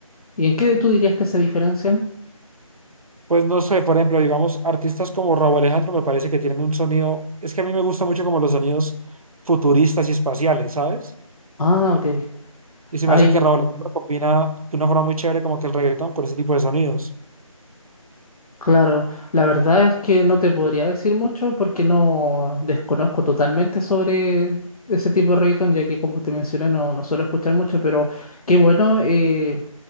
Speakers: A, on the left (about 80°); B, on the right (about 75°).
A: ¿Y en qué tú dirías que se diferencian?
B: Pues no sé, por ejemplo, digamos, artistas como Raúl Alejandro me parece que tienen un sonido, es que a mí me gusta mucho como los sonidos futuristas y espaciales, ¿sabes?
A: Ah, ok.
B: Y se
A: Hay,
B: me hace que Raúl Alejandro combina de una forma muy chévere como que el reggaetón con ese tipo de sonidos.
A: Claro, la verdad es que no te podría decir mucho porque no desconozco totalmente sobre ese tipo de reggaetón, ya que como te mencioné no, no suelo escuchar mucho, pero qué bueno eh,